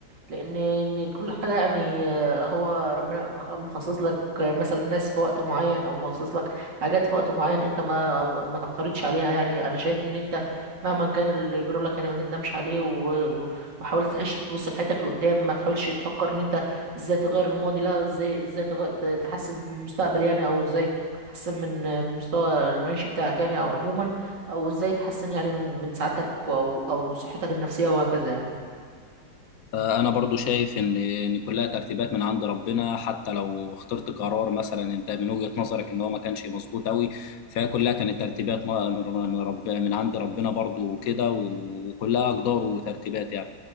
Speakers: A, on the right; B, on the left.
A: لان إن كل حاجه يعني آه، هو ربنا مخصص لك مثلا ناس في وقت معين او مخصص لك حاجات في وقت معين انت ما ما تعترضش عليها يعني انا شايف ان انت مهما كان اللي يجرى لك يعني ما تندمش عليه و- و- وحاول تعيش تبص لحياتك لقدام ما تحاولش تفكر ان انت ازاي تغير الماضي لا ازاي ازاي تغ- ت- تحسن من المستقبل يعني او ازاي تحسن من مستوى المعيشي بتاعك يعني او عموما او ازاي تحسن يعني من من سعادتك او او صحتك النفسيه وهكذا يعني
B: آه، انا برضو شايف ان ان كلها ترتيبات من عند ربنا حتى لو اخترت قرار مثلا انت من وجهة نظرك ان هو ما كانش مظبوط قوي فهي كلها كانت ترتيبات من من رب من عند ربنا برضو وكده وكلها اقدار وترتيبات يعني